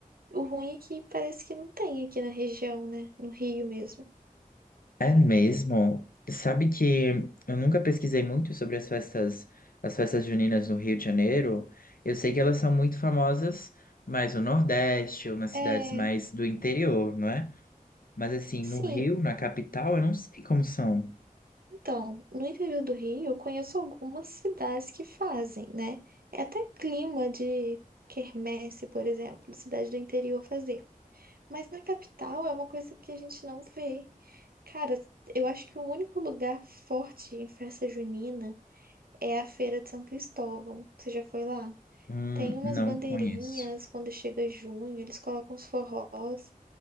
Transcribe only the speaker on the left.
É mesmo? Sabe que eu nunca pesquisei muito sobre as festas, as festas juninas no Rio de Janeiro. Eu sei que elas são muito famosas mais no Nordeste ou nas cidades
mais do interior, não é? Mas assim,
no Rio, na capital, eu não sei como são.
Hum,
não
conheço.